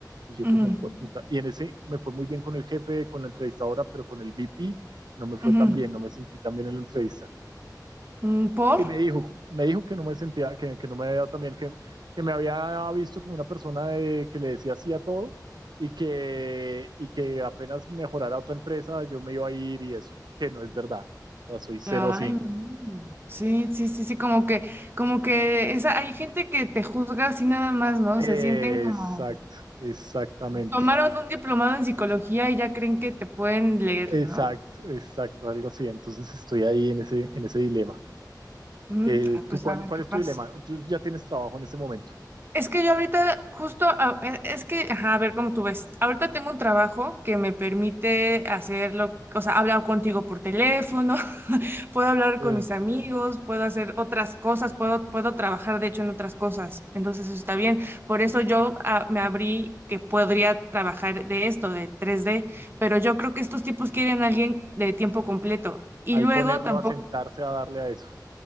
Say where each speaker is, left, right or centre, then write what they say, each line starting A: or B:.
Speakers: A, on the right; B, on the right.
A: Y yo
B: Ujú,
A: como, puta. Y en ese me fue muy bien con el jefe, con la entrevistadora, pero con el VP no me fue
B: ujú,
A: tan bien, no me sentí tan bien en la entrevista.
B: mm, ¿Por?
A: Y me dijo, me dijo que no me sentía, que, que no me había también, que, que me había visto como una persona de- que le decía sí a todo y que, y que apenas mejorara otra empresa yo me iba a ir y eso, que no es verdad. O sea, soy cero
B: Ay,
A: así.
B: no. sí, sí, sí, sí, como que, como que esa, hay gente que te juzga así nada más, ¿no?
A: Exacto,
B: Se sienten como,
A: exactamente.
B: tomaron un diplomado en psicología y ya creen que te pueden leer,
A: Exacto,
B: ¿no?
A: exacto, algo así. Entonces estoy ahí en ese, en ese dilema.
B: Mm,
A: Eh,
B: ah, pues
A: ¿tú cuál,
B: a ver
A: cuál
B: qué
A: es
B: pasa.
A: tu dilema? Tú ya tienes trabajo en este momento.
B: Es que yo ahorita justo, a- e- es que, ajá, a ver cómo tú ves. Ahorita tengo un trabajo que me permite hacerlo, o sea, hablar contigo por teléfono, <laughs> puedo hablar
A: Eh,
B: con mis amigos, puedo hacer otras cosas, puedo, puedo trabajar, de hecho, en otras cosas. Entonces, eso está bien. Por eso yo ah, me abrí que podría trabajar de esto, de tres d pero yo creo que estos tipos quieren a alguien de tiempo completo. Y
A: ahí
B: luego
A: ponerlo
B: tampoco
A: a sentarse a darle a eso.